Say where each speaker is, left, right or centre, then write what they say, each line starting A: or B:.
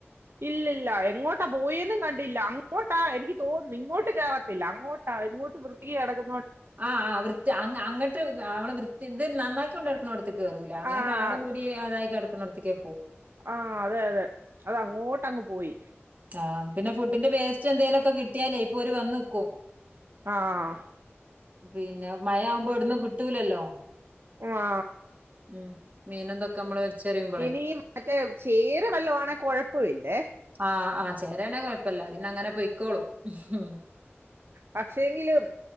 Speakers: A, on the right; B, on the right.
A: ഇല്ലല്ല എങ്ങോട്ടാ പോയേന്നും കണ്ടില്ല. അങ്ങോട്ടാ എനിക്ക് തോന്നുന്ന് ഇങ്ങോട്ട് കേറത്തില്ല അങ്ങോട്ടാ ആ ഇങ്ങോട്ട് വൃത്തിക്ക് കെടക്
B: ആഹ് ആ വൃത്തി അങ് അങ്ങട്ട് അവടെ വൃത്തി ഇത് നന്നാക്കി കൊണ്ടടുക്കണോ ത്ത് കേറൂല അങ്ങനെ
A: ആഹ്
B: കാട് മൂടി അതായി കിടക്കുന്നോട്ത്ക്കേ
A: ആഹ് അതെ അതെ അത് അങ്ങോട്ട് അങ്ങ് പോയി
B: ആഹ് പിന്നെ ഫുഡിന്റെ വേസ്റ്റ് എന്തെങ്കിലൊക്കെ കിട്ടിയാലേ ഇപ്പൊ ഓര് വന്ന് നിക്കും
A: ആഹ്
B: പിന്നെ മഴയാവുമ്പോ എവിട്ന്നും കിട്ടൂലല്ലോ
A: ആ
B: മ് മീനും തൊക്കെ നമ്മള് വലിച്ചെറിയുമ്പളേ
A: ഇനീ മറ്റേ ചേര വല്ലവുവാണെ കൊഴപ്പ ഇല്ലേ
B: ആഹ് ആഹ് ചേരാണെ കൊഴപ്പല്ല. പിന്ന അങ്ങനെ പൊയ്ക്കോളും ഹും
A: പക്ഷെങ്കിലും